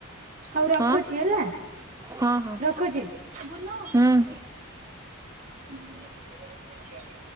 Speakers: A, on the right; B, on the right.
A: ହଉ ରଖୁଛି
B: ହଁ
A: ହେଲା
B: ହଁ ହଁ
A: ରଖୁଛି ବୁନୁ।
B: ହୁଁ।
A: ହ <unintelligible>